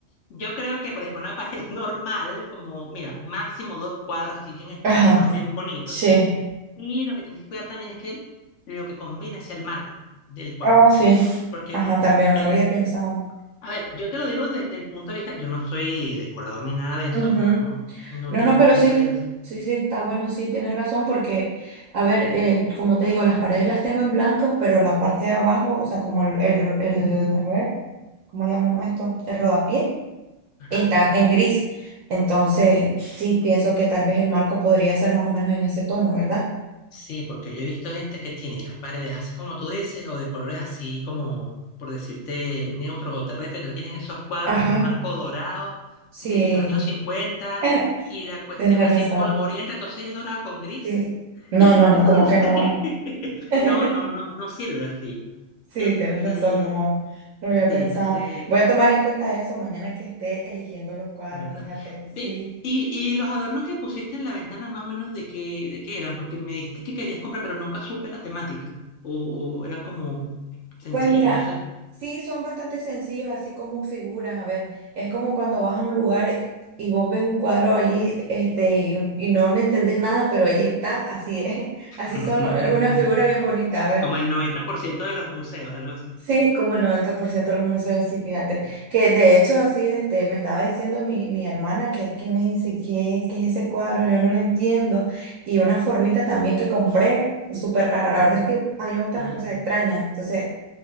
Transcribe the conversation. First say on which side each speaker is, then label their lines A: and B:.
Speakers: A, on the left; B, on the right.
A: Yo creo que, por ejemplo, una pared <laughs> normal, como, mira, máximo dos cuadros así bien espaciados,
B: Ajá,
A: bien bonitos,
B: sí,
A: y lo que tienes que cuidar también es que el- lo que combina sea el marco del cuadro,
B: Ah, sí.
A: porque,
B: Ajá, también
A: eh,
B: no lo había pensado.
A: a ver, yo te lo digo desde el punto de vista, yo no soy decorador ni nada de eso,
B: Ujú.
A: no, no
B: No,
A: tengo
B: no, pero
A: mucha
B: sí,
A: experiencia.
B: sí, sí, está bueno, sí, tienes razón, porque, a ver, eh, como te digo, las paredes las tengo en blanco, pero la parte de abajo, o sea, como el, el, ro- el- a ver, ¿cómo le llamamos esto? El rodapié,
A: Ajá.
B: está en gris. Entonces, sí, pienso que tal vez el marco podría ser más o menos en ese tono, ¿verdad?
A: Sí, porque yo he visto gente que tiene las paredes así como tú dices, o de colores así como, por decirte, neutros o terrestres, entonces tienen esos cuadros
B: Ajá.
A: con un marco dorado
B: Sí,
A: de los años 50
B: <laughs>
A: y la cuestión
B: tienes
A: así
B: razón.
A: polvorienta, entonces es dorado con gris.
B: Sí.
A: <laughs>
B: No,
A: Y
B: no, no,
A: entonces,
B: como que no va.
A: <laughs>
B: <laughs>
A: no, no, no, no sirve así.
B: Sí,
A: Este,
B: tienes razón, no, no lo había
A: sí,
B: pensado.
A: entonces
B: Voy a tomar en cuenta eso mañana que esté eligiendo los cuadros,
A: de verdad.
B: fíjate,
A: Ve,
B: sí.
A: y, y los adornos que pusiste en la ventana, más o menos, ¿de qué, de qué eran? Porque me dijiste que querías comprar, pero nunca supe la temática. O, o eran como sencillos,
B: Pues mira,
A: no sé.
B: sí son bastante sencillos, así como figuras, a ver, es como cuando vas a un lugar y vos ves un cuadro allí, este, y, un- y no le entendés nada, pero ahí está, así es, <laughs>
A: <laughs>
B: así son, es una figura bien bonita, a ver,
A: Como el 90% de los museos, algo así.
B: Sí, como el 90% de los museos, sí, fíjate. Que de hecho, así, este, me estaba diciendo mi, mi hermana que, que me dice, ¿qué, qué es ese cuadro? Yo no lo entiendo. Y una formita también que compré, súper rara. La verdad es que a mí me gustan
A: Ah,
B: las cosas extrañas. Entonces,